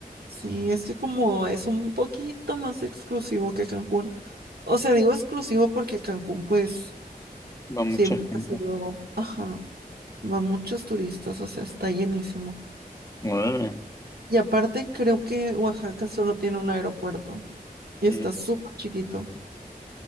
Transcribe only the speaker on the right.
Sí, es que como es un poquito más exclusivo que Cancún. O sea, digo exclusivo porque Cancún, pues,
siempre
ha sido, ajá. Van muchos turistas, o sea, está llenísimo.
Y aparte creo que Oaxaca solo tiene un aeropuerto y está
súper chiquito.